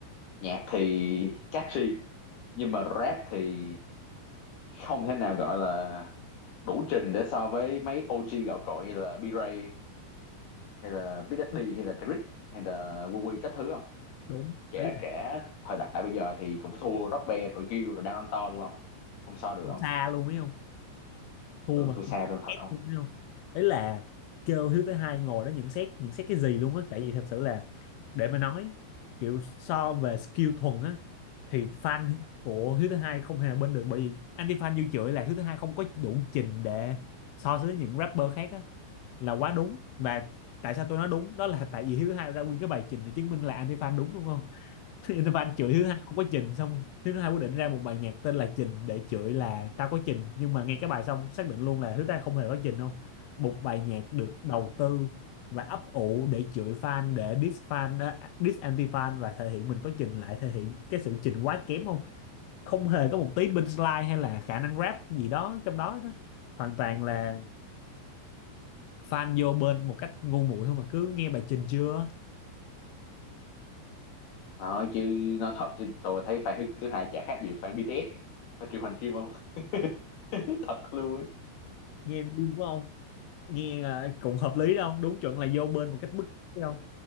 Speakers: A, on the left; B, on the left.
A: nhạc thì catchy nhưng mà rap thì không thể nào gọi là đủ trình để so với mấy OG gạo cội như là B-Ray hay là Big Daddy hay là Trick hay là Wu Wee các thứ không
B: đúng
A: trẻ
B: ấy là
A: trẻ thời đại bây giờ thì cũng thua Rock Band rồi kêu rồi đang ăn to luôn không không so được không
B: xa luôn ấy không thua
A: ừ
B: mà
A: thua xa
B: cũng thắng
A: luôn thật
B: kép
A: không
B: luôn ấy không ấy là kêu Hiếu thứ hai ngồi đó nhận xét nhận xét cái gì luôn á tại vì thật sự là để mà nói kiểu so về skill thuần á thì fan của Hiếu thứ hai không hề bên được bởi vì anti fan như chửi là Hiếu thứ hai không có đủ trình để so sánh với những rapper khác á là quá đúng và tại sao tôi nói đúng đó là tại vì Hiếu thứ hai ra nguyên cái bài trình để chứng minh là anti-fan đúng đúng không <laughs> anti-fan chửi Hiếu thứ hai không có trình xong Hiếu thứ hai quyết định ra một bài nhạc tên là trình để chửi là tao có trình nhưng mà nghe cái bài xong xác định luôn là Hiếu thứ hai không hề có trình không một bài nhạc được đầu tư và ấp ủ để chửi fan để diss fan ờ, diss anti-fan và thể hiện mình có trình lại thể hiện cái sự trình quá kém không không hề có một tí bên slide hay là khả năng rap gì đó trong đó đó hoàn toàn là fan vô bên một cách ngu muội không mà cứ nghe bài trình chưa
A: nói chứ nói thật chứ tôi thấy fan thứ hai chả khác gì fan BTS Thôi triệu hành kim không <laughs> thật luôn
B: nghe đúng không nghe là cũng hợp lý đâu đúng chuẩn là vô bên một cách bức bách không